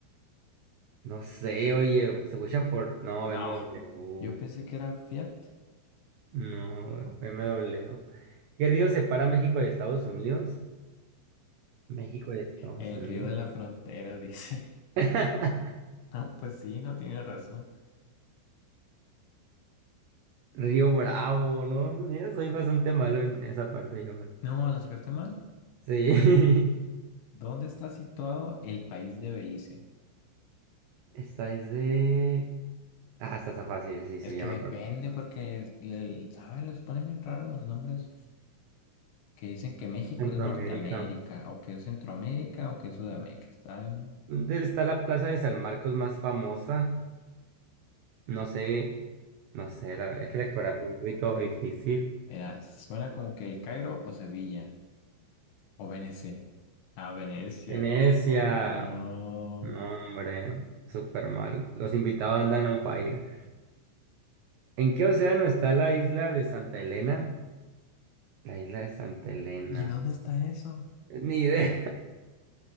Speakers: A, on the right (about 85°); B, on the left (about 75°).
A: No sé, oye, se escucha Ford. No, B
B: No,
A: M W,
B: yo pensé que era Fiat.
A: No, B M W, ¿Qué río separa México de Estados Unidos? México y Estados
B: El
A: Unidos.
B: río de la frontera, <laughs> dice.
A: <laughs>
B: No, pues sí, no tiene razón.
A: Río Bravo, ¿no? Mira, soy bastante malo en esa parte yo. güey.
B: No, la sacaste mal.
A: Sí. <laughs>
B: ¿Dónde está situado el país de Belice?
A: Esta es de... Ah, esta está fácil, sí, sí,
B: Es que
A: ya me
B: depende
A: acuerdo.
B: porque, es- le- ¿sabes? Les ponen bien raros los nombres que dicen que México
A: Centroamérica.
B: es Norteamérica o que es Centroamérica o que es Sudamérica. Está bien.
A: ¿Dónde está la plaza de San Marcos más famosa? No sé, no sé, la es que la geografía es un poquito difícil.
B: Mira, suena como que el Cairo o Sevilla o Venecia. Ah, Venecia.
A: Venecia.
B: No.
A: No, hombre, súper mal. Los invitados andan on fire. ¿En qué océano está la isla de Santa Elena? La isla de Santa Elena.
B: ¿Y dónde está eso?
A: Ni idea.